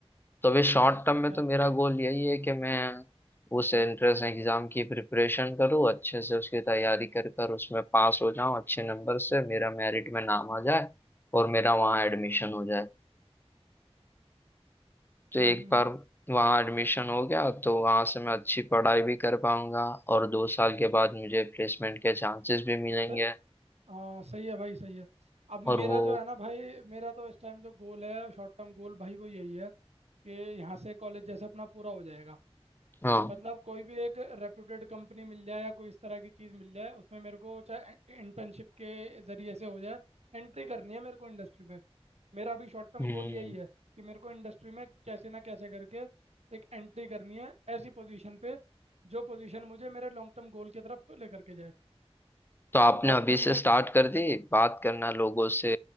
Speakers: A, on the left; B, on the right.
A: तो अभी शॉर्ट टर्म
B: अच्छा
A: में तो मेरा गोल यही है कि मैं उस एंट्रेंस एग्जाम की प्रिपरेशन करूँ अच्छे से उसकी तैयारी कर कर उसमें पास हो जाऊँ अच्छे नंबर से मेरा मेरिट में नाम आ जाए और मेरा वहाँ एडमिशन हो जाए तो एक
B: हम्म हम्म,
A: बार
B: हम्म,
A: वहाँ एडमिशन हो गया तो वहाँ से मैं अच्छी पढ़ाई भी कर पाऊंगा और दो साल के बाद मुझे प्लेसमेंट के चांसेस भी मिलेंगे
B: सही हाँ सही है भाई सही है अब
A: और
B: मेरा
A: वो
B: जो है ना भाई मेरा तो इस टाइम जो गोल है शॉर्ट टर्म गोल भाई वो यही है कि यहाँ से कॉलेज जैसे अपना पूरा हो जाएगा
A: हाँ
B: मतलब कोई भी एक रेप्यूटेड कंपनी मिल जाए या कोई इस तरह की चीज़ मिल जाए उसमें मेरे को चाहे इंटर्नशिप के ज़रिए से हो जाए एंट्री करनी है मेरे को इंडस्ट्री में मेरा अभी शॉर्ट टर्म
A: हम्म
B: गोल यही है कि मेरे को इंडस्ट्री में कैसे ना कैसे करके एक एंट्री करनी है ऐसी पोजीशन पे जो पोजीशन मुझे मेरे लॉन्ग टर्म गोल की तरफ लेकर के जाए
A: तो आपने
B: अब
A: अभी
B: उसमें
A: से स्टार्ट कर दी बात करना लोगों से